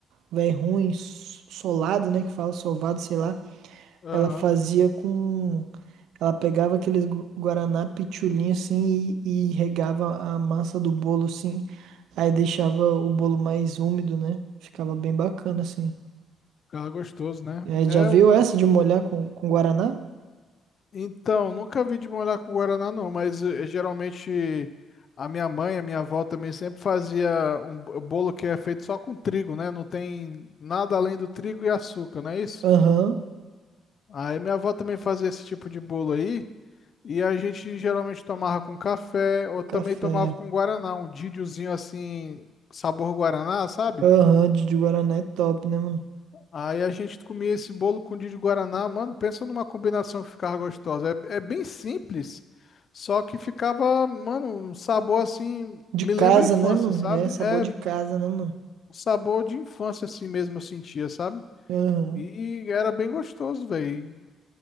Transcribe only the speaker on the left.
Aham,
Ficava gostoso, né?
É,
o meu-
então, nunca vi de molhar com guaraná, não, mas eh, geralmente a minha mãe, a minha avó também sempre fazia um bo- bolo que é feito só com trigo, né? Não tem nada além do trigo e açúcar, não é isso?
Aí minha avó também fazia esse tipo de bolo aí, e a gente geralmente tomava com café, ou também
tomava com guaraná, um didiozinho assim, sabor guaraná, sabe?
Aí a gente comia esse bolo com de guaraná, mano, pensa numa combinação que ficava gostosa. É, é bem simples, só que ficava, mano, um sabor assim,
me
lembra a infância,
sabe?
É
o sabor de infância assim mesmo eu sentia, sabe?
E era bem gostoso, velho.